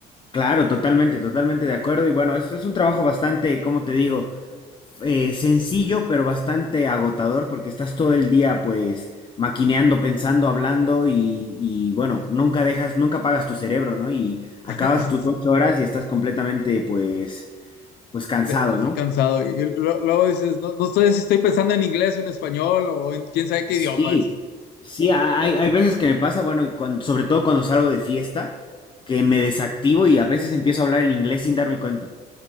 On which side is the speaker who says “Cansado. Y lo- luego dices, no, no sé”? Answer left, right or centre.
Left